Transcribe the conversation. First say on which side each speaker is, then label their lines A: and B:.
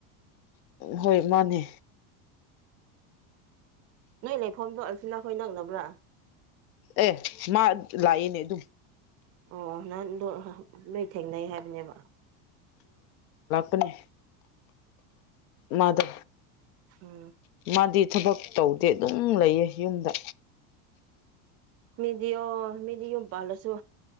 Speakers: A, on the left; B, on the right.
A: ꯍꯣꯏ ꯃꯥꯅꯦ
B: ꯅꯣꯏ ꯂꯩꯐꯝꯗꯣ ꯑꯜꯐꯤꯅꯥ ꯈꯣꯏ ꯅꯛꯅꯕ꯭ꯔꯥ
A: ꯑꯦ ꯃꯥ ꯂꯥꯛꯑꯌꯦꯅꯦ ꯑꯗꯨꯝ
B: ꯑꯣ ꯅꯪꯗꯣ ꯅꯣꯏ ꯊꯦꯡꯅꯩ ꯍꯥꯏꯕꯅꯦꯕ
A: ꯅꯦ ꯃꯥꯗ
B: ꯎꯝ
A: ꯃꯥꯗꯤ ꯊꯕꯛ ꯇꯧꯗꯦ ꯑꯗꯨꯝ ꯂꯩꯌꯦ ꯌꯨꯝꯗ
B: ꯃꯤꯗꯤ ꯑꯣ ꯃꯤꯗꯤ ꯌꯣꯟ ꯄꯜꯂꯁꯨ